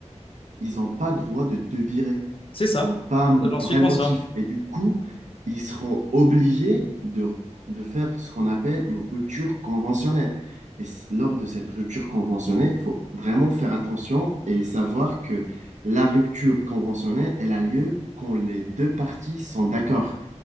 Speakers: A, on the right; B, on the left.
A: ils n'ont pas droit de te virer.
B: C'est ça,
A: Ils n'ont pas un
B: j'en suis
A: vrai
B: conscient.
A: motif. Et du coup, ils seront obligés de, de faire ce qu'on appelle une rupture conventionnelle. Et c- lors de cette rupture conventionnelle, il faut vraiment faire attention et savoir que la rupture conventionnelle, elle a lieu quand les deux parties sont d'accord.